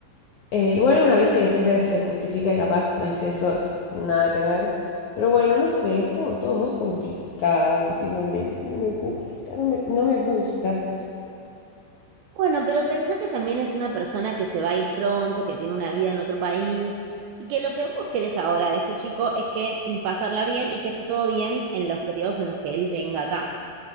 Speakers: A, on the left (about 75°); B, on the right (about 80°).
A: eh, igual una vista que siempre se justifica y capaz no es eso, es nada que ver. Pero bueno, no sé, es como todo muy complicado últimamente. y No me gusta, no me, no me gusta.
B: Bueno, pero pensá que también es una persona que se va a ir pronto, que tiene una vida en otro país y que lo que vos querés ahora de este chico es que pasarla bien y que esté todo bien en los periodos en los que él venga acá.